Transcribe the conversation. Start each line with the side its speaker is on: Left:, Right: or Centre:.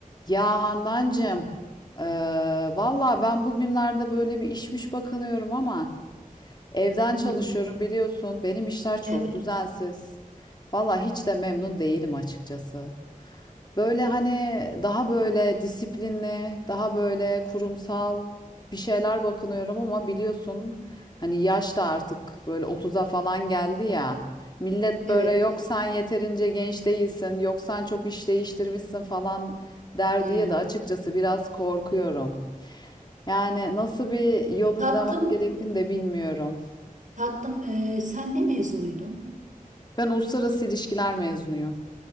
Left: Ya Handancığım, eee valla ben bugünlerde böyle bir işmiş bakınıyorum ama Evden çalışıyorum
Right: Hı hı.
Left: biliyorsun. Benim işler çok
Right: Evet,
Left: düzensiz. Valla hiç de memnun değilim açıkçası. Böyle hani daha böyle disiplinli, daha böyle kurumsal bir şeyler bakınıyorum ama biliyorsun hani yaş da artık böyle otuz'a falan geldi ya. Millet böyle
Right: evet.
Left: yok
Right: evet.
Left: sen yeterince genç değilsin, yok sen çok iş değiştirmişsin falan der
Right: Hmm.
Left: diye de açıkçası biraz korkuyorum. Yani nasıl bir yol izlemem
Right: Tatlım,
Left: gerektiğini de bilmiyorum.
Right: tatlım e, sen ne mezunuydun?
Left: Ben uluslararası ilişkiler mezunuyum.